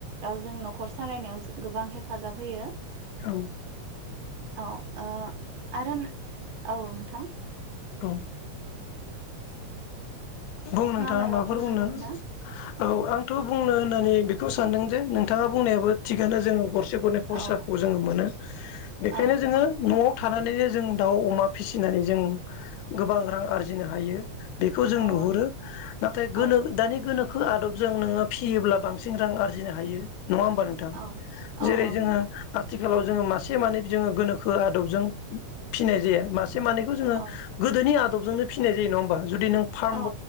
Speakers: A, on the right; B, on the left.
A: ओ जों न'खर सालायनायाव जो गोबां हेफाजाब होयो।
B: औ।
A: औ ओ आरो नो औ नोंथां।
B: औ। बुं नोंथाङा
A: मायबा
B: माबाफोर बुंनो
A: दंमोन ना
B: औ आंथ बुंनो होननानै बेखौ सानदों जे नोंथाङा बुंनायाबो थिगानो जोङो गर से गरनै खरसाखौ
A: औ
B: जोङो मोनो। बेखायनो
A: औ
B: जोङो न'आव थानानैनो जों दाउ अमा फिसिनानै जों गोबां रां आरजिनो हायो। बेखौ जों
A: औ
B: नुहुद गो नाथाय गोनो
A: औ
B: ओ दानि गोनो खो आदबजों नोङो फियोब्ला बांसिन रां आरजिनो हायो। नङा होमबा नोंथां?
A: औ
B: जेरै
A: औ औ
B: जोङो
A: नंगौ
B: आथि थिखालाव जोङो मासे मानै जोङो गोनोखो आदबजों फिनाय जायो। मास से मानैखौ जोङो
A: औ
B: गोदोनि आग दबजोंनो फिनाय जायो नङा होनबा? जुदि नों फार्म
A: औ